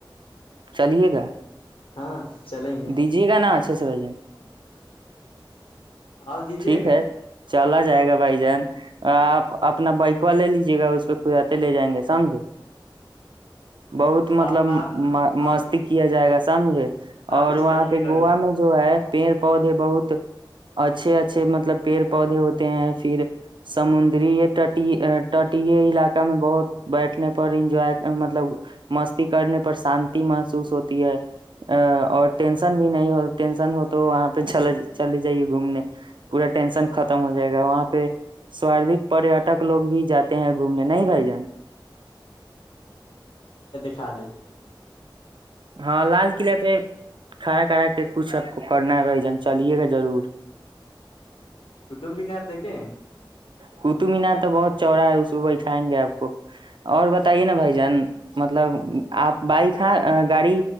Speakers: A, on the right; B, on the left.
A: چلیے گا
B: ہاں چلیں گے
A: دیجیے گا نا اچھا سے بھ جن
B: آؤ دیجیے
A: ٹھیک
B: گا
A: ہے چلا جائے گا بھائی جان آپ اپنا بائکوا لے لیجیے گا اس پہ کدے لے جائیں گے سمجھے بہت مطلب
B: آپ آپ
A: مست کیا جائے گا تمحے اور
B: آپ ہی چلائیے
A: وہاں پہ
B: گا
A: گووا
B: گڑیا
A: میں جو ہے پیڑ پودے بہت اچھا اچ اچھے مطلب پیڑ پودے ہوتے ہیں پھر سمندریٹی ٹی علاقہ میں بہت بیٹھنے پر انجوائے مطلب مستی کرنے پر شانتی محسوس ہوتی ہے ا اور ٹینسن بھی نہیں ہو ٹینسن ہو تو وہاں پہ چلے جائیے گھومنے پورا ٹینشن ختم ہو جائے گا وہاں پہ سود پریٹک لوگ بھی جاتے ہیں گھومنے نہیں بھائی جان
B: کھاد
A: ہاں لال قلعہ پہ کھڑا کھڑا کے کچھ سب کو کرنا رہی جان چلیے گا ضرور
B: کطبینات دیک کہیں
A: قطب مینار تو بہت چورا ہے اس بٹھائیں گے آپ کو اور بتائیے نا بھائی جان مطلب آپ بائک ہ گاڑی